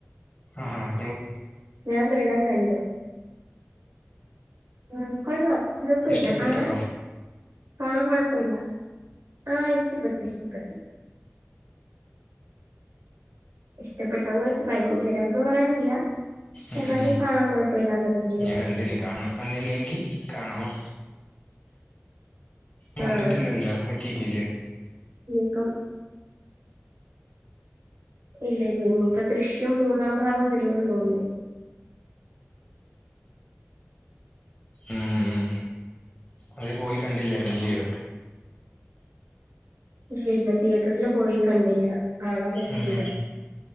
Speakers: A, on the left; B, on the right.
A: ആഹ <unintelligible>
B: ഞാൻ ദൃടം കണ്ടു ആ കൊള്ളാം കൊഴപ്പമില്ല
A: ഇഷ്ടപ്പെട്ടോ
B: കാണാൻ കാണാൻ കൊഴപ്പ <unintelligible> ആ ഇഷ്ടപ്പെട്ടു ഇഷ്ടപ്പെട്ടു ഇഷ്ടപ്പെട്ടന്ന് വെച്ച ഭയങ്കരന്ന് പറയാനില്ല
A: ഉം
B: എന്നാലും കാണാൻ കുഴപ്പമില്ലാത്തൊരു സിനിമ
A: ഞാൻ കണ്ടില്ല ഇനി കാണണം വന്നില്ലെങ്കി കാണണം വന്നിട്ടില്ലല്ലോ
B: ആഹ്
A: എറ്റീറ്റീട്ട
B: ഇനിയിപ്പം ഇല്ല ഇല്ല ഇനിയിപ്പൊ ദൃശ്യം മൂന്നാം ഭാഗം വരോന്ന് തോന്നുന്നു
A: ഉം അത് പോയി കണ്ടില്ലായിരുന്ന് ഇല്ലയോ
B: ഇല്ല ഇല്ല തിയറ്ററില് പോയി കണ്ടില്ല കാണാൻ പറ്റിയില്ല
A: ഉം